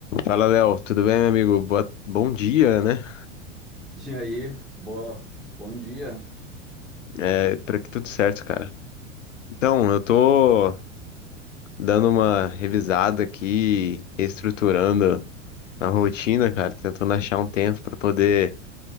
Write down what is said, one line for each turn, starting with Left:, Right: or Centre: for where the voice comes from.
Left: Fala, Léo. Tudo bem, meu amigo? Boa- Bom dia, né?
Centre: E aí, boa, bom dia.
Left: É, por aqui tudo certo, cara. Então, eu tô dando uma revisada aqui, reestruturando a rotina, cara, tentando achar um tempo pra poder